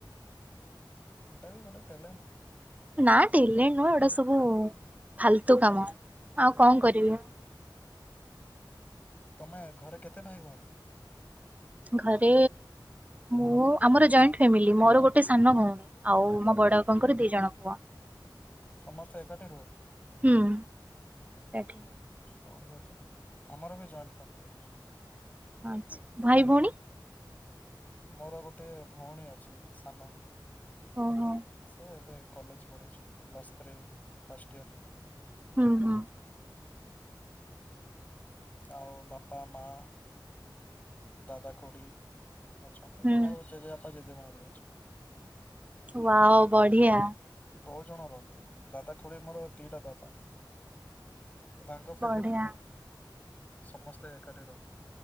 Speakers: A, on the left (about 20°); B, on the right (about 20°).
A: ଏଟା ବି ଗୋଟେ ଟ୍ୟାଲେଣ୍ଟ।
B: ନା ଡିଲେ ନୁହଁ ଏଇଟା ସବୁ ଫାଲତୁ କାମ। ଆଉ କଣ କରିବି
A: ତମେ ଘରେ କେତେ ଭାଇ ଭଉଣୀ
B: ଘରେ ମୁଁ ଆମର ଜଏଣ୍ଟ ଫାମିଲି ମୋର ଗୋଟେ ସାନ ଭଉଣୀ। ଆଉ ମୋ ବଡ ବାପଙ୍କର ଦି ଜଣ ପୁଅ।
A: ସମସ୍ତେ ଏକାଠି ରୁହ।
B: ହୁଁ ଏକାଠି
A: ବଢିଆ ତ ଆମର ବି ଜଏଣ୍ଟ ଫାମିଲି।
B: ଆଚ୍ଛା ଭାଇ ଭଉଣୀ?
A: ମୋର ଗୋଟେ ଭଉଣୀ ଅଛି ସାନ
B: ଓହୋ
A: ସେ ଏବେ କଲେଜ ପଢୁଛି ପ୍ଲସ୍ ଥ୍ରୀ ଫାଷ୍ଟଇର।
B: ହୁଁ ହୁଁ।
A: ଆଉ ବାପା ମା ଦାଦା ଖୁଡ଼ି ଅଛନ୍ତି
B: ହୁଁ
A: ଆଉ ଜେଜେ ବାପା ଜେଜେ ମା ବି ଅଛନ୍ତି।
B: ହଁ ବଢିଆ।
A: ବହୁତ ଜଣ ରହନ୍ତି ଦାଦା ଖୁଡି ମୋର ଦିଟା ଦାଦା। ତାଙ୍କ ଫାମିଲି
B: ବଢିଆ
A: ସମସ୍ତେ ଏକାଠି ରହୁ